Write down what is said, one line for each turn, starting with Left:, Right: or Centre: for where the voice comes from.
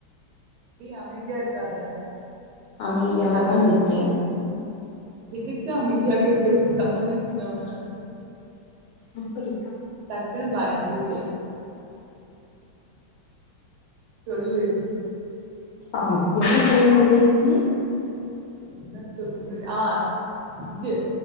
Right: ஏ அமைதியா இருக்காத
Left: அமைதியாக
Right: ஹலோ!
Left: தான் இருப்பேன்
Right: எதுக்கு அமைதியாக இருப்ப இப்ப சம்பந்தமே இல்லாம
Left: அப்படி
Right: டக்குன்னு பயந்து விட்டேன் சொல்லு
Left: ஆம் என்ன சொல்லிக்கொண்டிருந்தேன்
Right: என்ன சொல்லிக்கொண் ஆ இது